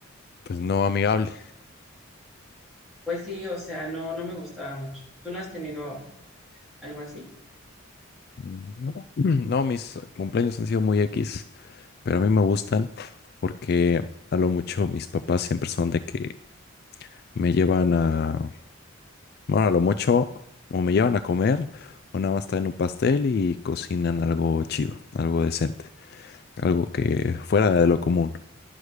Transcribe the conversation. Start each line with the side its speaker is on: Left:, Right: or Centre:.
Left: pues no amigable.
Centre: Pues sí, o sea, no, no me gustaba mucho. ¿Tú no has tenido algo así?
Left: Mm, No, no, mis cumpleaños han sido muy X, pero a mí me gustan porque a lo mucho mis papás siempre son de que me llevan a, bueno, a lo mucho o me llevan a comer o nada más traen un pastel y cocinan algo chido, algo decente, algo que fuera de lo común